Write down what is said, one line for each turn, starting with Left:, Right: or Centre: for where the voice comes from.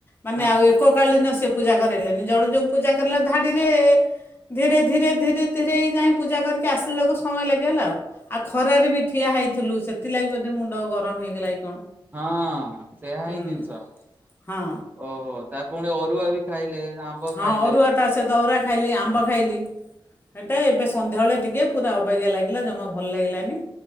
Left: ମାନେ
Right: ହଁ
Left: ଆଉ ଏକକାଳୀନ ସେ ପୂଜା କରାଇଲେନି ଜଣେ ଯୋଉ ପୂଜା କରିଲା ଧାଡ଼ିରେ ଧୀରେ ଧୀରେ ଧୀରେ ଧୀରେଇ ଯାଇଁ ପୂଜା କରିକି ଆସିଲା ଆଳୁକୁ ସମୟ ଲାଗିଗଲା ଆଉ। ଆଉ ଖରାରେ ବି ଠିଆ ହେଇଥିଲୁ ସେଥିଲାଗି ବୋଧେ ମୁଣ୍ଡ ଗରମ ହେଇଗଲା କି କଣ।
Right: ହଁ ସେହା
Left: ହୁଁ
Right: ହିଁ ଜିନିଷ
Left: ହଁ
Right: ଓହୋ ତା ପୁଣି ଅରୁଆ ବି ଖାଇଲେ ଆମ୍ବ
Left: ହଁ
Right: ଖାଇଲେ।
Left: ଅରୁଆ ତା ସହିତ ଅରୁଆ ଖାଇଲି ଆମ୍ବ ଖାଇଲି। ହେଟା ଏବେ ସନ୍ଧ୍ୟାବୋଳେ ଟିକେ ପୁରା ଅବାଗିଆ ଲାଗିଲା ଜମା ଭଲ ଲାଗିଲାନି।